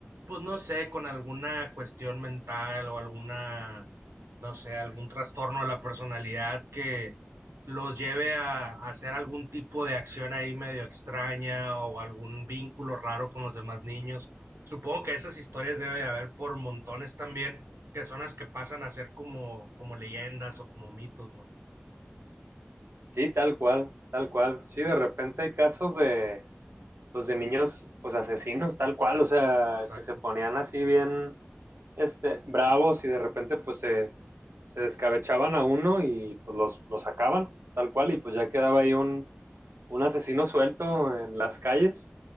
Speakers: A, on the right (about 80°); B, on the right (about 70°).
A: pues no sé, con alguna cuestión mental o alguna, no sé, algún trastorno de la personalidad que los lleve a, a hacer algún tipo de acción ahí medio extraña o algún vínculo raro con los demás niños. Supongo que esas historias debe de haber por montones también, que son las que pasan a ser como, como leyendas o como mitos, ¿no?
B: sí, tal cual, tal cual. Sí, de repente hay casos de pues de niños pues asesinos, tal cual, o sea,
A: Exacto.
B: que se ponían así bien este bravos y de repente pues se se descabechaban a uno y pues los los sacaban, tal cual y pues ya quedaba ahí un un asesino suelto en las calles,